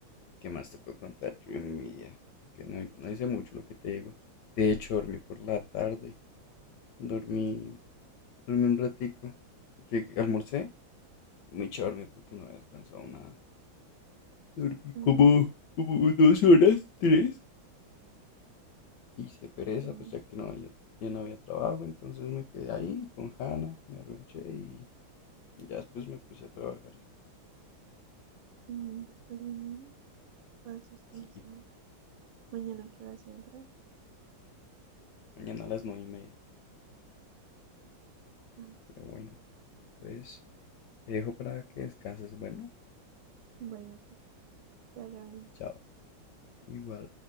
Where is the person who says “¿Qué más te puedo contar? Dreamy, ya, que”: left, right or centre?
Left